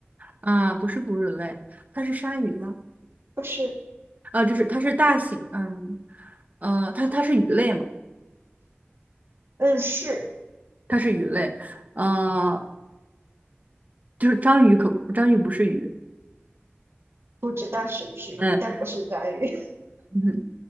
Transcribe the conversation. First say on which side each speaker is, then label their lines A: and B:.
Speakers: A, on the right; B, on the right.
A: 啊，不是哺乳类，它是鲨鱼吗？
B: 不是，
A: 啊，就是它是大型，嗯，呃，它它是鱼类吗？
B: 嗯，是，
A: 它是鱼类，呃，就是章鱼可章鱼不是鱼，
B: 不知道是不是鱼，
A: 嗯。
B: 但不是章鱼，
A: <laughs>